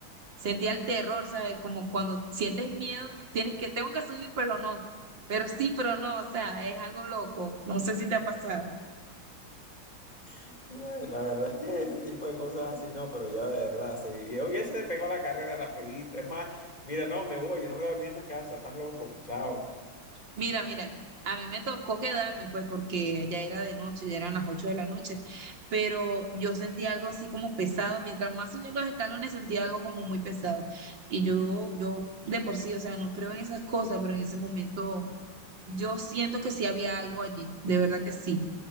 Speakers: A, on the right (about 60°); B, on the left (about 20°).
A: sentía el terror, ¿sabes? Como cuando sientes miedo, tienes que, tengo que subir, pero no. Pero sí, pero no, o sea, es algo loco. No sé si te ha pasado.
B: Ay, La verdad es que ese tipo de cosas así no, pero ya de verdad, sí. Yo hubiese pegado la carrera rapidito. Es más, mira, no, me voy, yo no voy a dormir en esta casa, estás loco, chao.
A: Mira, mira, a mí me tocó quedarme, pues, porque ya era de noche, ya eran las 8 de la noche, pero yo sentí algo así como pesado, mientras más subía los escalones sentía algo como muy pesado. Y yo, yo de por sí, o sea, no creo en esas cosas, pero en ese momento yo siento que sí había algo allí, de verdad que sí.